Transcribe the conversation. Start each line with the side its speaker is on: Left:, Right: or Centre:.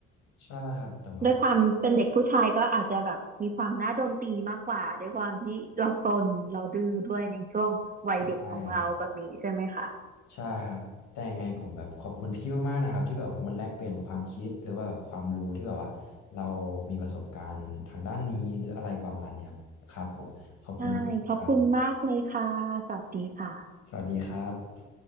Left: ใช่ครับแต่ว่า
Right: ด้วยความเป็นเด็กผู้ชายก็อาจจะแบบมีความน่าโดนตีมากกว่าด้วยความที่เราซนเราดื้อด้วยในช่วงวัยเด็กของเราแบบนี้ใช่ไหมคะ
Left: ใช่ครับ ใช่ครับแต่ยังไงผมแบบขอบคุณพี่มากๆนะครับที่แบบมันแลกเปลี่ยนความคิดหรือว่าแบบความรู้ที่แบบว่าเรามีประสบการณ์ทางด้านนี้หรืออะไรประมาณเนี้ยครับครับผมขอบคุณมากๆครับ
Right: ใช่ขอบคุณมากเลยค่ะสวัสดีค่ะ
Left: สวัสดีครับ